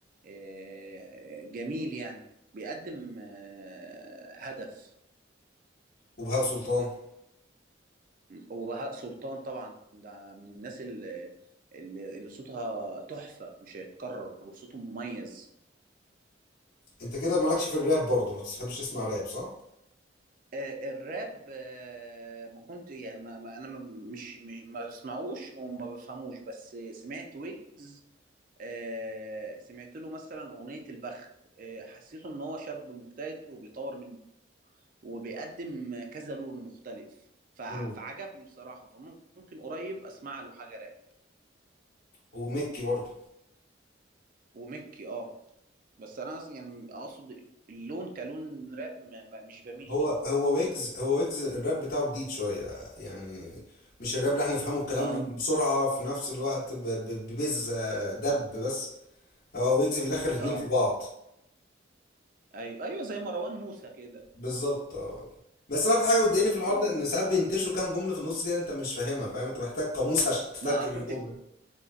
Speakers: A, on the right; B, on the left.
A: آه، جميل يعني بيقدم آه، هدف
B: وبهاء سلطان
A: وبهاء سلطان طبعا ده من الناس اللي اللي اللي صوتها تحفة مش هيتكرر وصوته مميز
B: انت كده مالكش في الراب برضه ما بتحبش تسمع راب صح
A: آه، الراب آه، ما كنت يعني ما ما- انا ما- مش مش ما بسمعوش وما بفهموش بس سمعت ويجز آه، سمعت له مثلا اغنيه البخت آه، حسيته ان هو شاب مجتهد وبيطور من وبيقدم كذا لون مختلف فع-
B: مم.
A: فعجبني بصراحه فممكن قريب اسمع له حاجه راب
B: وميكي برضه
A: ومكي اه بس انا أص- يعني اقصد اللون كلون راب ما- ما- مش بميل
B: هو
A: ليه
B: هو ويجز هو ويجز الراب بتاعه جديد شوية يعني مش الراب اللي احنا نفهمه الكلام
A: اه
B: بسرعة في نفس الوقت ب- ب- ببز آه، دب بس هو ويجز بيدخل الاتنين
A: اه
B: في بعض
A: ايوه ايوه زي مروان موسى كده
B: بالظبط اه بس أنا اكتر حاجه بتضايقني في الحوار
A: اه
B: ده ان ساعات بينتشوا كام جمله في النص كده انت مش فاهمها فاهم انت محتاج قاموس <laughs> عشان تترجم
A: ما كنت
B: الجمله